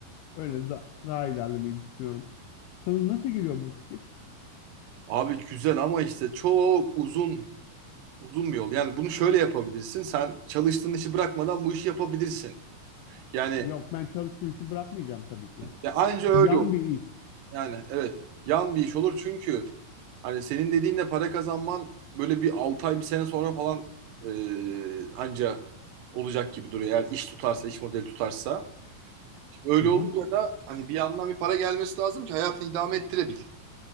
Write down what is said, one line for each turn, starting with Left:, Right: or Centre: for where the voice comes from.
Left: Öyle da, daha ilerlemeyi düşünüyorum. Sana nasıl geliyor bu fikir?
Right: Abi güzel ama işte çok uzun Uzun bir yol. Yani bunu şöyle yapabilirsin. Sen çalıştığın işi bırakmadan bu işi yapabilirsin. Yani
Left: Yok ben çalıştığım işi bırakmayacağım tabii ki.
Right: ya anca öyle
Left: Uyan
Right: olur.
Left: bir il.
Right: Yani evet. Yan bir iş olur çünkü hani senin dediğinle para kazanman böyle bir 6 ay bir sene sonra falan e, anca olacak gibi duruyor. Eğer iş tutarsa, iş modeli tutarsa. Şimdi öyle
Left: Hı hı.
Right: olunca da hani bir yandan bir para gelmesi lazım ki hayatını idame ettirebil.